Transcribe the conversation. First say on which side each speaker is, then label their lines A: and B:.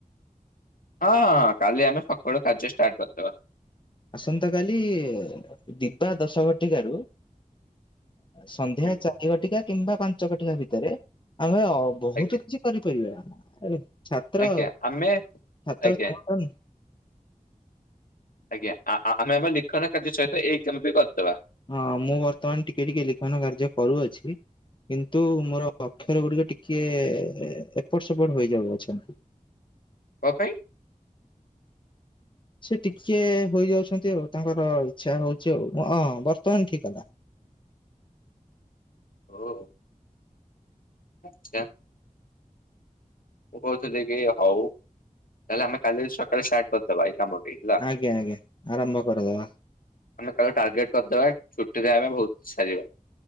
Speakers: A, on the left; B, on the left.
A: ହଁ, ହଁ। କାଲି ଆମେ ସକାଳୁ କାର୍ଯ୍ୟ, ଷ୍ଟାର୍ଟ କରିଦବା।
B: ଆସନ୍ତା କାଲି, ଦିବା ଦଶ ଘଟିକ ରୁ ସନ୍ଧ୍ୟା
A: ହୁଁ
B: ଚାରି ଘଟିକା, କିମ୍ବା ପାଞ୍ଚ ଘଟିକା, ଭିତରେ ଆମେ ବହୁତ
A: ଆଜ୍ଞା
B: କିଛି କରିପାରିବା। ଛାତ୍ର,
A: ଆଜ୍ଞା ଆମେ
B: ଛାତ୍ର
A: ଆଜ୍ଞା
B: ସଂଗଠନ।
A: ଆଜ୍ଞା ।ଆ, ଆ, ଆମେ ଲିଖନ କାର୍ଯ୍ୟ ସହିତ ଏଇ କାମ ବି କରିଦବା।
B: ହଁ, ମୁଁ ବର୍ତ୍ତମାନ ଟିକେ, ଟିକେ ଲିଖନ କାର୍ଯ୍ୟ କରୁଅଛି। କିନ୍ତୁ ମୋର ଅକ୍ଷର ଗୁଡିକ ଟିକେ ଏପଟ ସେପଟ ହୋଇଯାଉ ଅଛନ୍ତି।
A: କ ପାଇଁ
B: ସେ ଟିକେ ହୋଇଯାଉଛନ୍ତି ଆଉ ତାଙ୍କର ଇଛା ହଉଛି ଆଉ ହଁ ବର୍ତ୍ତମାନ ଠିକ ହେଲା।
A: ହଁ। ଆଛା। ମୁଁ କହୁଥିଲି କି ହଉ ତାହଲେ ଆମେ କାଲି ସକାଳେ ଷ୍ଟାର୍ଟ କରିଦବା ଏଇ କାମ ଦେଇଥିଲା
B: ଆଜ୍ଞା ଆଜ୍ଞା ଆରମ୍ଭ କରିଦବା
A: ଆମେ ଟାର୍ଗେଟ କରିଦବା ଟିକେ ଆର ବହୁତ ସରିବ